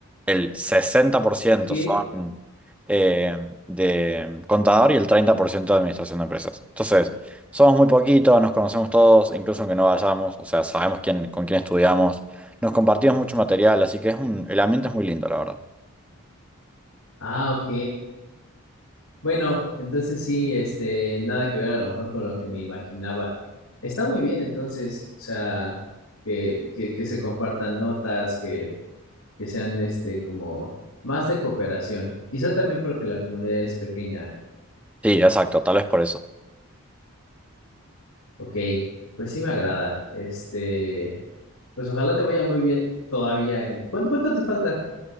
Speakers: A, in the centre; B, on the left.
A: El sesenta por ciento
B: Ok.
A: son eh, de contador y el 30% de administración de empresas. Entonces, somos muy poquitos, nos conocemos todos, incluso aunque no vayamos, o sea, sabemos quién, con quién estudiamos, nos compartimos mucho material, así que es un, el ambiente es muy lindo, la verdad.
B: Ah, ok. Bueno, entonces sí, este, nada que ver a lo mejor con lo que me imaginaba. Está muy bien entonces, o sea, que, que, que se compartan notas, que, que sean este como más de cooperación. Quizá también porque la comunidad es pequeña.
A: Sí, exacto, tal vez por eso.
B: Ok, pues sí me agrada. Este, pues ojalá te vaya muy bien todavía en... ¿Cuánto, cuánto te falta?